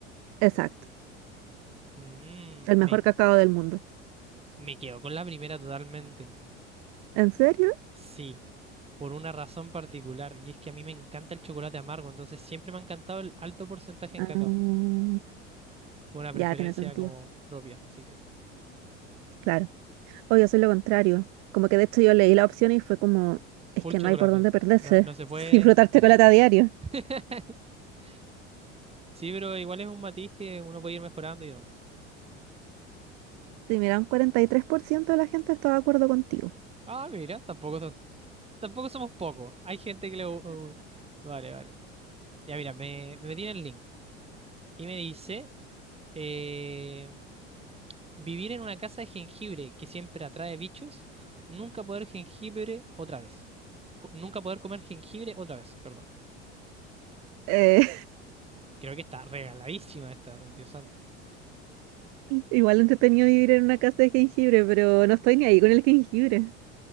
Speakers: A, on the right (about 50°); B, on the right (about 15°).
A: Exacto,
B: Mm,
A: el mejor
B: me,
A: cacao del mundo.
B: me quedo con la primera totalmente.
A: ¿En serio?
B: Sí. por una razón particular, y es que a mí me encanta el chocolate amargo, entonces siempre me ha encantado el alto porcentaje en
A: Ah,
B: cacao, con una preferencia
A: ya tiene sentido.
B: como propia, así que
A: Claro. O yo soy lo contrario. Como que de hecho yo leí la opción y fue como, es
B: full
A: que
B: chocolate,
A: no hay por dónde perderse.
B: no, no se
A: <laughs>
B: puede...
A: Disfrutar chocolate a diario.
B: <laughs> Sí, pero igual es un matiz que uno puede ir mejorando y demás.
A: Sí, mira, un 43% de la gente está de acuerdo contigo.
B: Ah, mira, tampoco, so- tampoco somos pocos, hay gente que le... gu- uh, vale, vale. Ya mira, me, me metí en el link y me dice... eh, Vivir en una casa de jengibre que siempre atrae bichos. Nunca poder jengibre otra vez. Co- nunca poder comer jengibre otra vez, perdón.
A: Eh,
B: Creo que está regaladísima esta, Dios santo.
A: Igual entretenido vivir en una casa de jengibre, pero no estoy ni ahí con el jengibre.